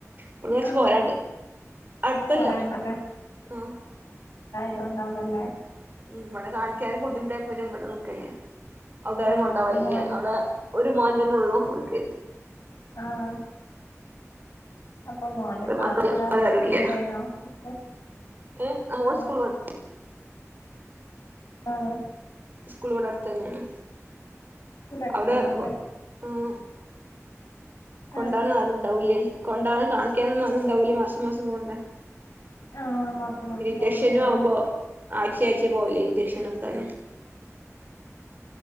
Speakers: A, on the right; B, on the left.
A: ഇവടന്ന് കൊറച്ച്
B: ആഹ്
A: പോരാണ്ട് അടുത്തല്ല
B: പോരാണ്ടല്ലേ
A: ആഹ്
B: അതൊണ്ടാവല്ലേ
A: ഉം അവടെ കാണിക്കാനൊക്കെ ബുദ്ധിമുട്ടായപ്പൊ പിന്നെ ഇവടെ നിക്കല്ലേ അവ്ടെ ആരും
B: ആഹ്
A: കൊണ്ടോവാല്ല്യാ
B: അപ്പൊ മോൻ
A: അവടെ ഒരു മോൻ തന്നെ ഉള്ളൂ ഓർക്ക്
B: ആഹ് അപ്പൊ മോന്റെ ക്ലാസ്
A: മക്കള്
B: ഇവ
A: വേറാരുല്ല
B: ഇവടേണോ ഒക്കെ
A: ഏഹ് അ
B: ആഹ്
A: ഓൻ സ്കൂള് <unintelligible>
B: ആഹ്
A: സ്കൂളിവടടുത്തന്നേണ്
B: ഇവിടെ അടുത്തന്നെല്ലേ
A: അവടെ പ ആഹ് കൊണ്ടാനൊന്നാരുണ്ടാവൂലേ
B: ആഹ്
A: കൊണ്ടാനും കാണിക്ക്യാനൊന്നും ആരുണ്ടാവൂലേ മാസം മാസം പോണ്ടേ
B: ആ, മാസം മാസം
A: പിന്നെ ഇൻജക്ഷനും
B: പോകേണ്ടി വരുമല്ലേ
A: ആവുമ്പോ ആഴ്ച്ചേ ആഴ്ച്ചേ പോവലേ ഇൻജക്ഷനെട്ക്കാന്